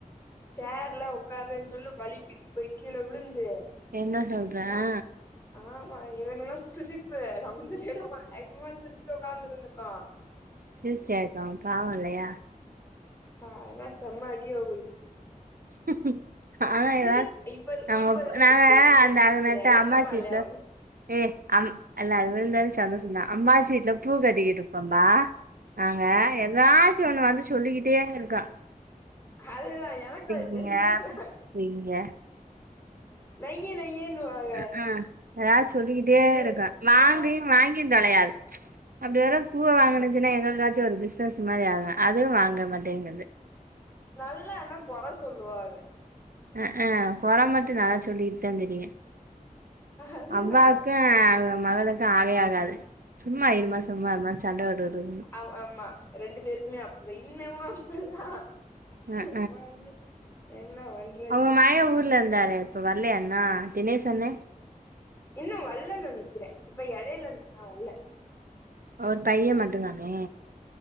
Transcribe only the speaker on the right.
என்ன சொல்ற
ஆ
சிரிச்சியாக்கு காவோ இல்லயா
<unintelligible> ஆனா
எதா
நாங்க
நாங்க
அந்த
அ நேத்து
அம்மாச்சி
வீட்ல
ஏ அம் இல்ல அது விழுந்தது சந்தோஷந்தா அம்மாச்சி வீட்ல பூ கட்டிக்கிட்ருப்போம்பா நாங்க எதாச்சு ஒன்னு வந்து சொல்லிக்கிட்டேருக்கு
ஏ
<unintelligible>
அ ஆ எதாவ்து சொல்லிக்கிட்டேருக்கு
வாங்கி
வாங்கியு தொலயாது அப்டி ஒரு பூவ வாங்னுச்சுன்னா எங்கள்காச்சு ஒரு பிசினஸ் மாரி ஆகு அதுவு வாங்க மாட்டேங்கிது
அ ஆ கொற மட்டு நல்லா சொல்லிட்தா திரியு
அவ்வாவுக்கு அவுக மகளுக்கு ஆகவே ஆகாது சும்மா இருமா சும்மா இருமான் சண்ட போட்டுட்ருக்குங்க
அஹ்
அவுக மயே ஊர்லந்தாரே இப்ப வர்லயா இன்னு தினேஷண்னே
ஒரு பையே மட்டுந்தானே